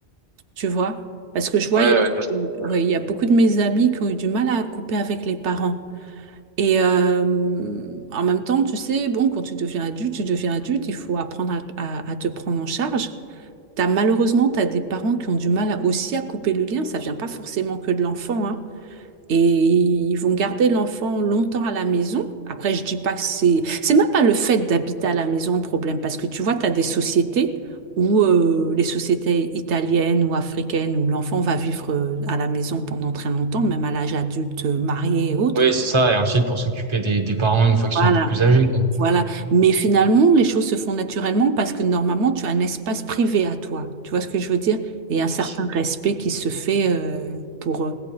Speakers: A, on the right; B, on the right.
A: tu vois? Parce que je vois,
B: Ouais,
A: il y a,
B: ouais, je préfère.
A: ouais, il y a beaucoup de mes amis qui ont eu du mal à couper avec les parents. Et euh, en même temps, tu sais, bon, quand tu deviens adulte, tu deviens adulte, il faut apprendre à, à- à te prendre en charge. T'as, malheureusement, tu as des parents qui ont du mal à- aussi à couper le lien. Ça vient pas forcément que de l'enfant, hein. Et ils vont garder l'enfant longtemps à la maison. Après, je dis pas que c'est... C'est même pas le fait d'habiter à la maison le problème, parce que tu vois, tu as des sociétés où euh, les sociétés italiennes ou africaines, où l'enfant va vivre euh, à la maison pendant très longtemps, même à l'âge adulte, euh, marié et autres.
B: Oui, c'est ça. Et ensuite pour s'occuper des, des parents une fois qu'ils
A: Voilà.
B: sont un peu plus âgés, quoi.
A: Voilà. Mais finalement, les choses se font naturellement parce que normalement, tu as un espace privé à toi. Tu vois ce que je veux dire? Et un certain
B: Oui.
A: respect qui se fait euh, pour... euh,